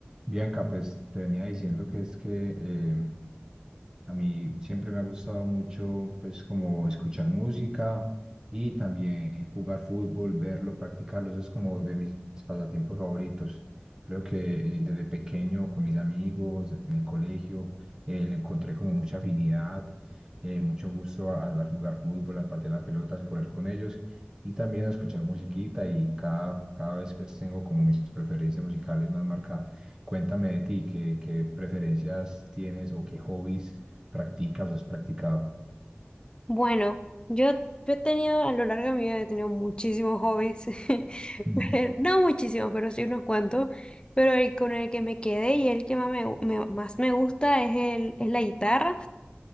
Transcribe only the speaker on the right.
Bianca, pues te venía diciendo que es que eh, a mí siempre me ha gustado mucho, pues como escuchar música y también jugar fútbol, verlo, practicarlo. Eso es como de mis pasatiempos favoritos. Creo que eh, desde pequeño con mis amigos en el colegio eh, le encontré como mucha afinidad, eh, mucho gusto a- al jugar fútbol, al patear la pelota, al correr con ellos y también a escuchar musiquita y cada, cada vez pues tengo como mis preferencias musicales más marcadas. Cuéntame de ti, ¿qué, qué preferencias tienes o qué hobbies practicas o has practicado?
Ujú.